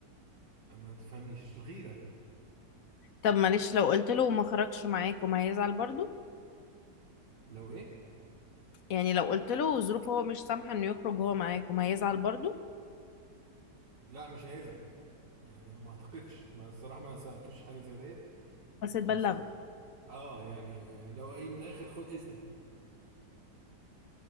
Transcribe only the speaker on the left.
طب معلش لو قلت له وما خرجش معاك وما هيزعل برضه
يعني لو قلت له ظروفه هو مش سامحة انه يخرج هو معاكم هيزعل برضو
بس تبلغه